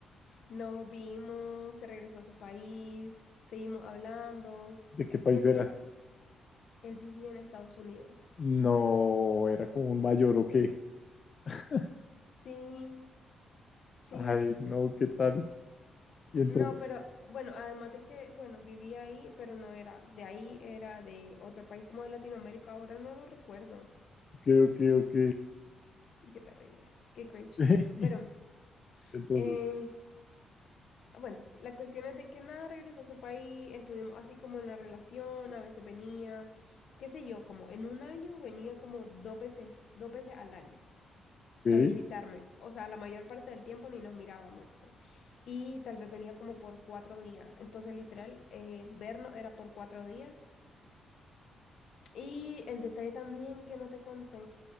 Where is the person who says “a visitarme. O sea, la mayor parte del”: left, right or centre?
Left